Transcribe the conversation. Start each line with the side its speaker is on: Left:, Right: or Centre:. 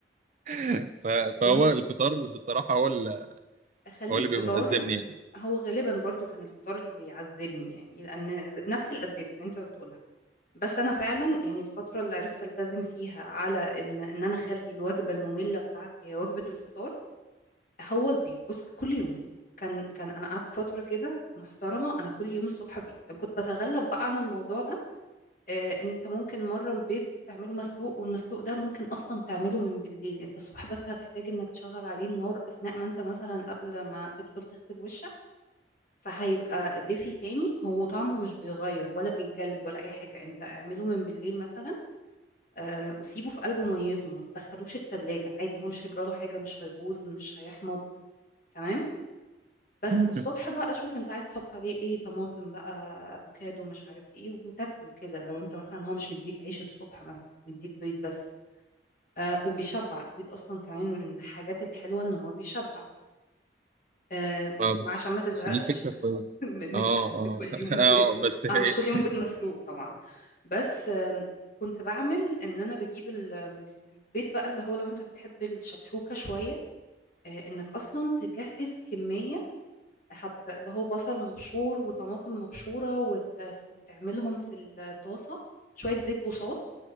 Right: <laughs> ف... فهو
Left: بص
Right: الفطار بصراحه هو ال...
Left: اخلي
Right: هو اللي
Left: الفطار
Right: بيبقى هزمني يعني
Left: هو غالبا برضو كان الفطار اللي بيعذبني يعني لان ز- نفس الاسباب اللي انت بتقولها بس انا فعلا يعني الفتره اللي عرفت التزم فيها على ان ان انا اخلي الوجبه الممله بتاعتي هي وجبه الفطار هو البيض بص كل يوم كان كان انا قعدت فتره كده محترمه انا كل يوم الصبح بيض كنت بتغلب بقى عن الموضوع ده آه، انت ممكن مرة البيض تعمله مسلوق والمسلوق ده ممكن اصلا تعمله من بالليل انت الصبح بس هتحتاج انك تشغل عليه النار اثناء ما انت مثلا قبل ما تدخل تغسل وشك فهيبقى دافي تاني هو طعمه مش بيغير ولا بيجلد ولا اي حاجة انت اعمله من بالليل مثلا آه، وسيبه في قلب ميته ما تدخلوش التلاجة عادي هو مش هيجراله حاجة مش هيبوظ مش هيحمض تمام بس
Right: مم.
Left: والصبح بقى شوف انت عايز تحط عليه ايه طماطم بقى افوكادو مش عارف ايه وتاكله كده لو انت مثلا هو مش مديك عيش الصبح مثلا مديك بيض بس آه وبيشبع البيض اصلا كمان من الحاجات الحلوه ان هو بيشبع آه
Right: اه بس
Left: عشان ما تزهقش
Right: بس دي فكره
Left: <laughs>
Right: كويسه
Left: من
Right: اه
Left: الاكل
Right: اه
Left: كل
Right: <laughs>
Left: يوم
Right: اه
Left: بيض
Right: بس هي
Left: اه مش كل يوم بيض مسلوق طبعا بس آم، كنت بعمل ان انا بجيب ال- آم، البيض بقى اللي هو لو انت بتحب الشكشوكه شويه آه انك اصلا تجهز كميه حتى اللي هو بصل مبشور وطماطم مبشورة وت- وتعملهم في الطاسة شوية زيت بوصات